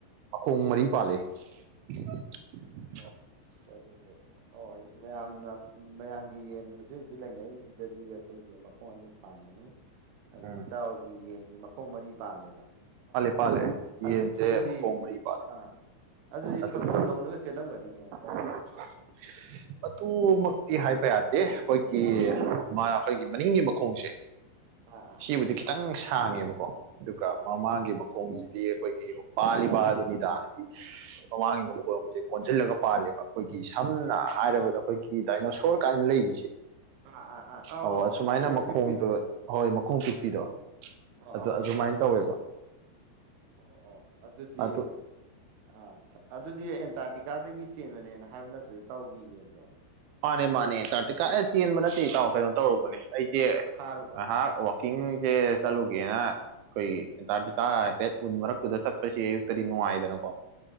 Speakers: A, on the right (about 85°); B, on the right (about 70°).
A: ꯃꯈꯣꯡ ꯃꯔꯤ ꯄꯥꯜꯂꯦ <unintelligible>
B: <unintelligible> ꯑꯣ ꯃꯌꯥꯝꯅ ꯃꯌꯥꯝꯒꯤ ꯌꯦꯟ ꯍꯧꯖꯤ ꯍꯧꯖꯤꯛ ꯍꯧꯖꯤꯛ ꯂꯩꯅꯔꯤꯁꯤꯗꯗꯤ ꯑꯩꯈꯣꯏꯒꯤ ꯃꯈꯣꯡ ꯑꯅꯤ ꯄꯥꯟꯕꯅꯤ ꯑꯗꯣ
A: ꯎꯝ
B: ꯏꯇꯥꯎꯒꯤ ꯌꯦꯟꯁꯤꯅ ꯃꯈꯣꯡ ꯃꯔꯤ ꯄꯥꯜꯂꯦꯕ
A: ꯄꯥꯂꯦ ꯌꯦꯟꯁꯦ
B: ꯑꯁ ꯑꯗꯨꯗꯤ
A: ꯃꯈꯣꯡ ꯃꯔꯤ ꯄꯥꯜꯂꯤ
B: ꯑꯥ ꯑꯗꯨꯗꯤ
A: ꯑꯗꯨꯒ
B: ꯁꯒꯣꯜꯗꯧꯅꯒ
A: <unintelligible>
B: ꯆꯦꯜꯂꯝꯒꯅꯤꯅꯦ ꯑꯗꯨꯗꯤ ꯑꯥ
A: <unintelligible> ꯑꯗꯨꯃꯛꯇꯤ ꯍꯥꯏꯕ ꯌꯥꯗꯦ ꯑꯩꯈꯣꯏꯒꯤ ꯃꯥ ꯑꯩꯈꯣꯏꯒꯤ ꯃꯅꯤꯡꯒꯤ ꯃꯈꯣꯡꯁꯦ
B: ꯍꯥ
A: ꯁꯤꯕꯨꯗꯤ ꯈꯤꯇꯪ ꯁꯥꯡꯉꯦꯕꯀꯣ ꯑꯗꯨꯒ
B: ꯑꯥ
A: ꯃꯃꯥꯡꯒꯤ
B: ꯑꯥ
A: ꯃꯈꯣꯡꯁꯤꯗꯤ ꯑꯩꯈꯣꯏꯒꯤ ꯄꯥꯜꯂꯤꯕ ꯑꯗꯨꯅꯤꯗ ꯍꯥꯏꯗꯤ ꯃꯃꯥꯡꯒꯤ ꯈꯣꯡꯁꯦ ꯀꯣꯟꯁꯤꯜꯂꯒ ꯄꯥꯜꯂꯦꯕ ꯑꯩꯈꯣꯏꯒꯤ ꯁꯝꯅ ꯍꯥꯏꯔꯕꯗ ꯑꯩꯈꯣꯏꯒꯤ ꯗꯥꯏꯅꯣꯁꯣꯔ ꯀꯥꯏꯅ ꯂꯩꯔꯤꯁꯦ
B: ꯑꯥ ꯑꯥ ꯑꯥ ꯑꯧ
A: ꯑꯣ
B: ꯑꯧ
A: ꯑ ꯁꯨꯃꯥꯏꯅ
B: ꯃꯈꯣꯡ
A: ꯃꯈꯣꯡꯗꯣ
B: ꯄꯤꯛꯄꯤꯗꯣ
A: ꯍꯣꯏ ꯃꯈꯣꯡ ꯄꯤꯛꯄꯤꯗꯣ
B: ꯑꯣ
A: ꯑꯗꯨ ꯑꯗꯨꯃꯥꯏꯅ
B: ꯑ ꯑ
A: ꯇꯧꯋꯦꯕ
B: ꯑꯣ ꯑꯣ ꯑꯗꯨꯗꯤ
A: ꯑꯗꯨ
B: ꯑ ꯑꯗꯨꯗꯤ ꯑꯦꯟꯇꯥꯔꯇꯤꯀꯥꯗꯒꯤ ꯆꯦꯟꯕꯅꯦꯅ ꯍꯥꯏꯕ ꯅꯠꯇ꯭ꯔꯣ ꯏꯇꯥꯎꯒꯤ ꯌꯦꯟꯗꯣ
A: ꯃꯥꯅꯦ ꯃꯥꯅꯦꯥ ꯑꯦꯟꯇꯥꯔꯇꯤ ꯀꯥ ꯆꯦꯟꯕ ꯅꯠꯇꯦ ꯏꯇꯥꯎ ꯀꯩꯅꯣ ꯇꯧꯔꯨꯕꯅꯦ ꯑꯩꯁꯦ
B: ꯐꯥꯔꯨꯕ
A: ꯉꯥꯏꯍꯥꯛ ꯋꯥ ꯀꯤꯡꯁꯦ ꯆꯠꯂꯨꯒꯦꯅ ꯑꯩꯈꯣꯏ ꯑꯦꯟꯇꯥꯔꯇꯤꯊꯥ ꯍꯥꯏꯐꯦꯠ ꯎꯟ ꯃꯔꯛꯇꯨꯗ ꯆꯠꯄꯁꯤ ꯑꯌꯨꯛꯇꯗꯤ ꯅꯨꯡꯉꯥꯏꯗꯅꯀꯣ